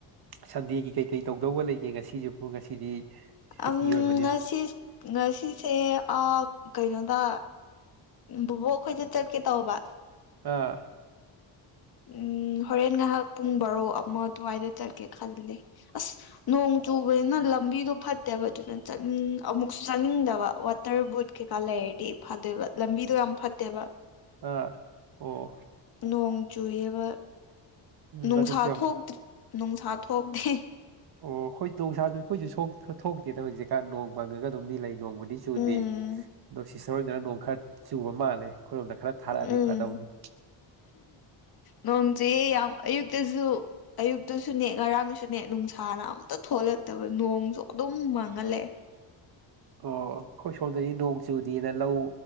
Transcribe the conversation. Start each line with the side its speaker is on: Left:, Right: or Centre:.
Right: ꯁꯟꯗꯦꯒꯤ ꯀꯩꯀꯩ ꯇꯧꯗꯧꯕ ꯂꯩꯒꯦ ꯉꯁꯤꯖꯤꯕꯨ ꯉꯁꯤꯗꯤ ꯁꯨꯇꯤ
Left: ꯑꯪ
Right: ꯑꯣꯏꯕꯅꯤꯅ
Left: ꯉꯁꯤ ꯉꯁꯤꯁꯦ ꯑ ꯀꯩꯅꯣꯗ ꯎꯝ ꯚꯨꯕꯣꯛ ꯈꯣꯏꯗ ꯆꯠꯀꯦ ꯇꯧꯕ
Right: ꯑꯥ
Left: ꯎꯝ ꯍꯣꯔꯦꯟ ꯉꯥꯍꯥꯛ ꯄꯨꯡ ꯕꯥꯔꯣ ꯑꯃ ꯑꯗꯨꯋꯥꯏꯗ ꯆꯠꯀꯦ ꯈꯜꯂꯦ ꯑꯁ ꯅꯣꯡ ꯆꯨꯕꯅꯤꯅ ꯂꯝꯕꯤꯗꯣ ꯐꯠꯇꯦꯕ ꯑꯗꯨꯅ ꯆꯠ ꯑꯃꯨꯛꯁ ꯆꯠꯅꯤꯡꯗꯕ ꯋꯥꯇꯔ ꯕꯨꯠ ꯀꯩꯀꯥ ꯂꯩꯔꯗꯤ ꯐꯗꯣꯏꯕ ꯂꯝꯕꯤꯗꯣ ꯌꯥꯝ ꯐꯠꯇꯦꯕ
Right: ꯑꯥ ꯑꯣ
Left: ꯅꯣꯡ ꯆꯨꯌꯦꯕ
Right: ꯎꯝ
Left: ꯅꯨꯡꯁꯥ
Right: ꯑꯗꯨꯁꯨ ꯌꯥꯝ
Left: ꯊꯣꯛꯇ꯭ꯔꯤ ꯅꯨꯡꯁꯥ ꯊꯣꯛꯇꯦ
Right: ꯑꯣ ꯍꯣꯏ ꯅꯣꯡꯁꯥꯗꯨ ꯈꯣꯏꯖꯨ ꯁꯣꯛ ꯊꯣꯛꯇꯦꯗ ꯍꯧꯖꯤꯛꯀꯥꯟ ꯅꯣꯡ ꯃꯪꯉꯒ ꯑꯗꯨꯝꯗꯤ ꯂꯩ ꯅꯣꯡꯕꯨꯗꯤ ꯆꯨꯗꯦ
Left: ꯎꯝ
Right: ꯅꯣꯡꯁꯤ ꯁꯣꯔꯅ ꯅꯣꯡ ꯈꯔ ꯆꯨꯕ ꯃꯥꯜꯂꯦ ꯈꯣꯏꯔꯣꯝꯗ ꯈꯔ ꯊꯥꯔꯛꯑꯗꯤ
Left: ꯎꯝ
Right: ꯐꯗꯧꯅꯤ
Left: ꯅꯣꯡ ꯆꯨꯌꯦ ꯌꯥꯝ ꯑꯌꯨꯛꯇꯁꯨ ꯑꯌꯨꯛꯇꯁꯨꯅꯦ ꯉꯔꯥꯡꯁꯨ ꯅꯦ ꯅꯨꯡꯁꯥꯅ ꯑꯝꯇ ꯊꯣꯛꯂꯛꯇꯕ ꯅꯣꯡꯁꯨ ꯑꯗꯨꯝ ꯃꯥꯡꯉꯂꯩ
Right: ꯑꯣ ꯈꯣꯏ ꯁꯣꯝꯗꯗꯤ ꯅꯣꯡ ꯆꯨꯗꯦꯅ ꯂꯧ